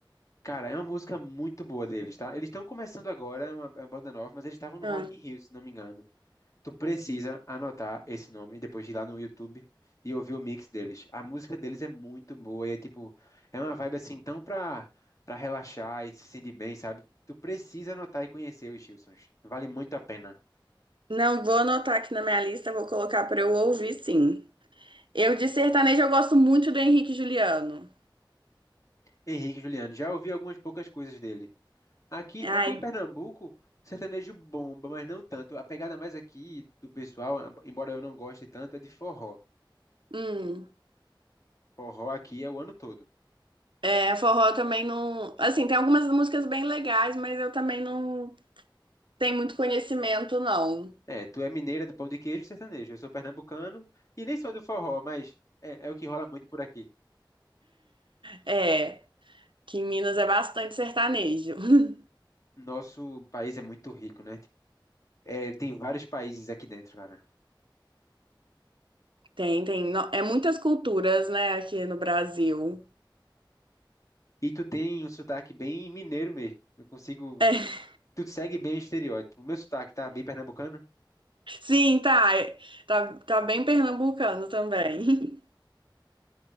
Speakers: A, on the left (about 40°); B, on the right (about 75°).
A: Cara, é uma música muito boa deles, tá? Eles estão começando agora, é uma, é uma banda nova, mas eles estavam no
B: Ah.
A: Rock in Rio, se não me engano. Tu precisa anotar esse nome e depois de ir lá no YouTube e ouvir o mix deles. A música deles é muito boa e é tipo, é uma vibe assim tão pra, pra relaxar e se sentir bem, sabe? Tu precisa anotar e conhecer os Gilsons. Vale muito a pena.
B: Não, vou anotar aqui na minha lista, vou colocar para eu ouvir, sim. Eu de sertanejo eu gosto muito do Henrique e Juliano.
A: Henrique e Juliano, já ouvi algumas poucas coisas dele. Aqui,
B: Ai,
A: aqui em Pernambuco, sertanejo bomba, mas não tanto. A pegada mais aqui do pessoal, embora eu não goste tanto, é de forró.
B: hum.
A: Forró aqui é o ano todo.
B: É, forró também não. Assim, tem algumas músicas bem legais, mas eu também não tenho muito conhecimento, não.
A: É, tu é mineira do pão de queijo e sertanejo. Eu sou pernambucano e nem sou do forró, mas é, é o que rola muito por aqui.
B: É, que em Minas é bastante sertanejo. <laughs>
A: Nosso país é muito rico, né? Tipo, É, tem vários países aqui dentro, cara.
B: Tem, tem. no- É muitas culturas, né, aqui no Brasil. <laughs>
A: E tu tem um sotaque bem mineiro mesmo. Eu consigo.
B: É,
A: Tu segue bem o estereótipo. O meu sotaque tá bem pernambucano.
B: sim, tá. é, Tá, tá bem pernambucano também.